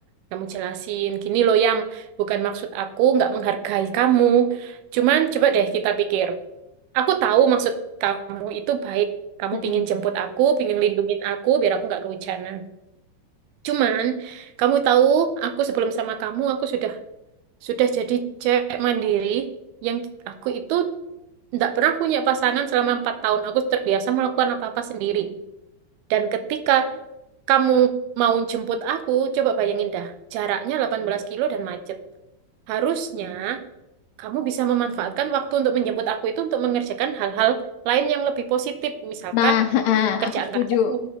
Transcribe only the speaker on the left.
Mm-mm.
nah heeh,
aku setuju